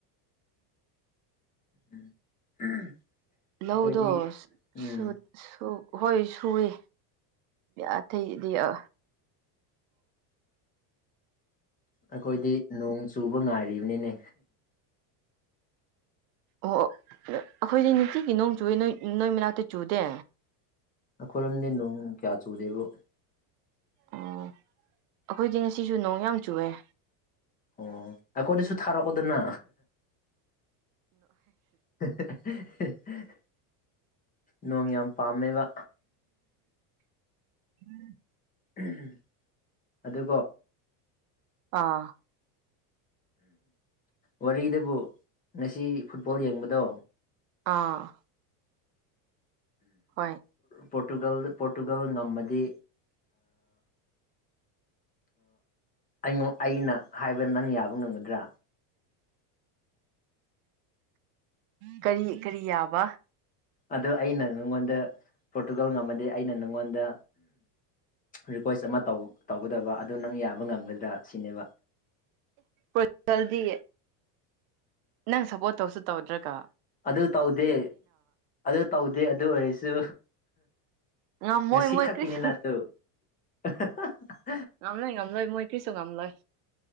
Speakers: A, on the left (about 15°); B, on the right (about 60°).
A: <inaudible>
B: ꯂꯧꯗꯣ
A: ꯑꯩꯈꯣꯏꯗꯤ ꯎꯝ
B: ꯁꯨ ꯍꯣꯏ ꯁꯨꯏ ꯑꯇꯩꯩꯗꯤ ꯑ
A: ꯑꯈꯣꯏꯗꯤ ꯅꯣꯡ ꯆꯨꯕ ꯉꯥꯏꯔꯤꯕ ꯑꯅꯤꯅꯦ
B: ꯑꯣ ꯑꯩꯈꯣꯏꯗꯤ ꯅꯨꯡꯇꯤꯒꯤ ꯅꯣꯡ ꯆꯨꯏꯦ ꯅꯣꯏ ꯅꯣꯏ ꯃꯅꯥꯛꯇ ꯆꯨꯗꯦ
A: ꯑꯩꯈꯣꯏꯔꯣꯝꯗꯤ ꯅꯣꯡ ꯀꯌꯥ ꯆꯨꯗꯦꯕꯨꯣ
B: ꯎ ꯑꯩꯈꯣꯏꯗꯤ ꯉꯁꯤꯁꯨ ꯅꯣꯡ ꯌꯥꯝ ꯆꯨꯑꯦ
A: ꯑꯣ ꯑꯩꯈꯣꯏꯗꯁꯨ ꯊꯥꯔꯛꯑꯣꯗꯅ <unintelligible> ꯅꯣꯡ ꯌꯥꯝ ꯄꯥꯝꯕ
B: ꯎꯝ
A: ꯎꯝ ꯑꯗꯨꯀꯣ꯫
B: ꯑꯥ
A: ꯋꯥꯔꯤꯗꯕꯨ ꯉꯁꯤ ꯐꯨꯠꯕꯣꯜ ꯌꯦꯡꯕꯗꯣ
B: ꯑꯥ ꯍꯣꯏ
A: ꯄꯣꯔꯇꯨꯒꯜ ꯄꯣꯔꯇꯨꯒꯜ ꯉꯝꯃꯗꯤ ꯑꯩꯉ ꯑꯩꯅ ꯍꯥꯏꯕ ꯅꯪ ꯌꯥꯕ ꯉꯝꯒꯗ꯭ꯔꯥ
B: ꯀꯔꯤ ꯀꯔꯤ ꯌꯥꯕ
A: ꯑ ꯑꯩꯅ ꯅꯪꯉꯣꯟꯗ ꯄꯣꯔꯇꯨꯒꯜ ꯉꯝꯃꯗꯤ ꯑꯩꯅ ꯅꯪꯉꯣꯟꯗ ꯔꯤꯀ꯭ꯋꯦꯁ ꯑꯃ ꯇꯧ ꯇꯧꯒꯗꯕ ꯑꯗꯨ ꯅꯪ ꯌꯥꯕ ꯉꯝꯒꯗ꯭ꯔꯥ ꯁꯤꯅꯦꯕ
B: ꯑꯦ꯭ꯔꯗꯤ ꯅꯪ ꯁꯞꯄꯣꯔꯠ ꯇꯧꯁꯨ ꯇꯧꯗ꯭ꯔꯥꯀ
A: ꯑꯗꯨ ꯇꯧꯗꯦ ꯑꯗꯨ ꯇꯧꯗꯦ ꯑꯗꯨ ꯑꯣꯏꯔꯁꯨ
B: ꯉꯝꯃꯣꯏ
A: ꯉꯁꯤ
B: ꯃꯣꯏ
A: ꯈꯛꯀꯤꯅꯤꯅ
B: ꯀ꯭ꯔꯤꯁꯨ
A: ꯑꯗꯨ <unintelligible>
B: ꯉꯝ ꯂꯩꯣꯏ ꯉꯝ ꯂꯣꯏ ꯃꯣꯏ ꯀꯔꯤꯁꯨꯣ ꯉꯝ ꯂꯣꯏ